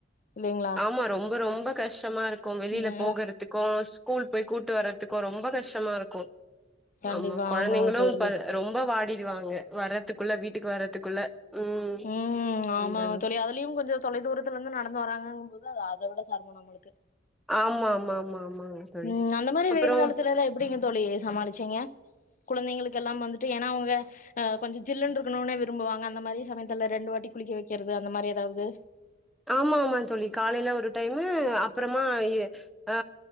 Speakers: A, on the left; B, in the centre.
A: இல்லைங்களா
B: ஆமா ரொம்ப ரொம்ப கஷ்டமா இருக்கு வெளியில
A: ஆ
B: போகறதுக்கு ஸ் கூல் போய் கூட்டு வர்ரதுக்கு ரொம்ப கஷ்டமா இருக்கு
A: கண்டிப்பா
B: ஆமா கொழந்தைங்களு
A: ஆமாங்க தோழி
B: ரொம்ப வாடிடுவாங்க வர்றதுக்குள்ள வீட்டுக்கு வர்றதுக்குள்ள ம்
A: ம் ஆமாங்க
B: அந்தாங்க
A: தோழி அதுலயு கொஞ்சோ தொலைதூரத்துல இருந்து நடந்து வராங்கன்ற போது அது அத விட செரமோ நம்மளுக்கு
B: ஆமா ஆமா ஆமா ஆமாங்க தோழி
A: ம் அந்த மாரி
B: அப்புறோ
A: வெய்யில் காலத்துல எல்லா எப்டிங்க தோழி சமாளிச்சீங்க குழந்தைங்களுக்கு எல்லா வந்துட்டு ஏன்னா அவுங்க ஆ கொஞ்சோ ஜில்லுன்னு இருக்கணும்னே விரும்புவாங்க அந்த மாரி சமயத் துல ரெண்டு வாட்டி குளிக்க வைக்கிறது அந்த மாரி ஏதாவ்து
B: ஆமா ஆமா தோழி காலையில ஒரு டைமு அப்பறமா ஆ